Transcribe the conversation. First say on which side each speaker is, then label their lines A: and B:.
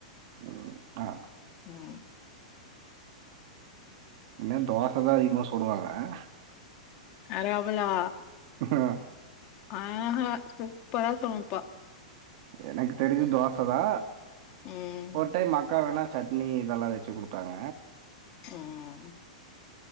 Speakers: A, on the right (about 50°); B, on the left (about 40°).
A: உம் ஆஹ்
B: உம்
A: என்ன தோச தா அதிகமா சுடுவாங்க ஆஹ்
B: யாரு அவலா
A: ஆஹ்
B: ஆஹஹா சூப்பரா சமைப்பா
A: எனக்கு தெரிஞ்சி தோசதா
B: ம்
A: ஒரு டைம் அக்கா வேணா சட்னி இதெல்லா வெச்சு குடுத்தாங்க
B: உம்